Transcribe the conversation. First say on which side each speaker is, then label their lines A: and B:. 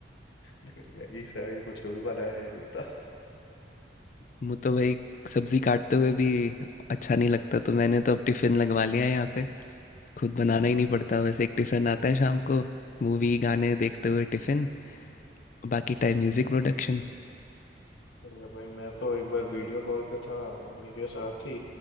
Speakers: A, on the left; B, on the left.
A: लेकिन मैगी से आगे कुछ कभी बनाया ही नहीं था
B: मुझे तो भाई सब्जी काटते हुए भी अच्छा नहीं लगता तो मैंने तो अब टिफ़िन लगवा लिया है यहाँ पे खुद बनाना ही नहीं पड़ता वैसे एक टिफ़िन आता है शाम को मूवी गाने देखते हुए टिफ़िन बाकी टाइम म्यूज़िक प्रोडक्शन
A: बढ़िया भाई मैं तो एक बार वीडियो कॉल पे था मम्मी के साथ ही